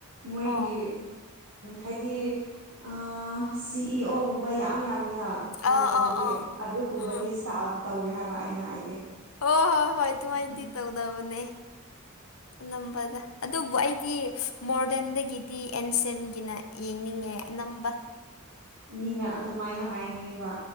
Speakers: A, on the right; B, on the left.
A: ꯃꯣꯏꯒꯤ
B: ꯑꯣ
A: ꯍꯥꯏꯗꯤ ꯑ ꯁꯤ ꯏ ꯑꯣ ꯒꯨꯝ__ ꯕ ꯌꯥꯝ ꯌꯥꯝꯃꯤꯅ ꯀꯩꯅꯣꯗꯗꯤ
B: ꯑꯥ ꯑꯥ ꯑꯥ
A: ꯑꯗꯨꯒꯨꯝꯕꯒꯤ
B: ꯎꯝ
A: ꯏꯁ꯭ꯇꯥꯐ ꯇꯧꯋꯦ ꯍꯥꯏꯕ ꯑꯩꯅ ꯍꯥꯏꯗꯤ
B: ꯍꯣ ꯍꯣꯏ ꯍꯣꯏ ꯑꯗꯨꯃꯥꯏꯅꯗꯤ
A: ꯎꯝ
B: ꯇꯧꯅꯕꯅꯦ ꯑꯅꯝꯕꯗ ꯑꯗꯨꯕꯨ ꯑꯩꯗꯤ ꯃꯣꯗ꯭ꯔꯟꯗꯒꯤꯗꯤ ꯑꯦꯟꯁꯦꯟꯒꯤꯅ ꯌꯦꯡꯅꯤꯡꯉꯦ ꯑꯅꯝꯕ
A: ꯃꯤꯅ ꯑꯗꯨꯃꯥꯏꯅ ꯍꯥꯏꯅꯩꯕ